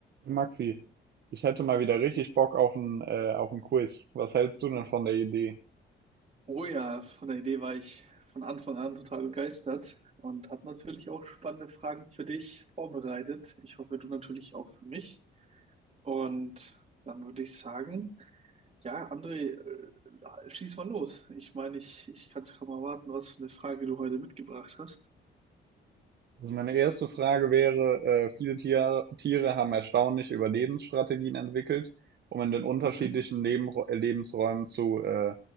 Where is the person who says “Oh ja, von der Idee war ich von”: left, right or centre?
Right